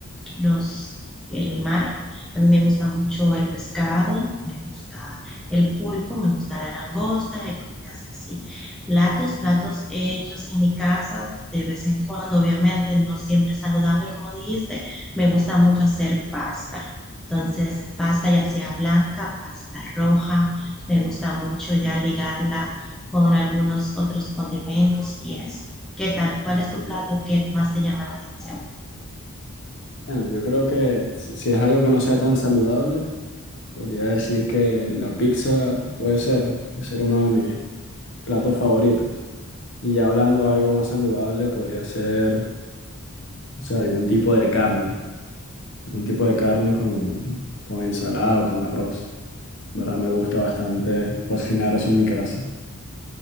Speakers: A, in the centre; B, on the left.
A: los, el mar. A mí me gusta mucho el pescado, me gusta el pulpo, me gusta la langosta y comidas así. Platos, platos hechos en mi casa de vez en cuando, obviamente, no siempre es saludable, como dijiste. Me gusta mucho hacer pasta. Entonces, pasta ya sea blanca, pasta roja, me gusta mucho ya ligarla con algunos otros condimentos y eso. ¿Qué tal? ¿Cuál es tu plato que más te llama la atención?
B: Bueno, yo creo que si si es algo que no sea tan saludable. Podría decir que la pizza puede ser, puede ser uno de mis platos favoritos. Y ya hablando de algo más saludable, podría ser, o sea, algún tipo de carne, algún tipo de carne con, con ensalada o con arroz. ¿Verdad? Me gusta bastante cocinar eso en mi casa.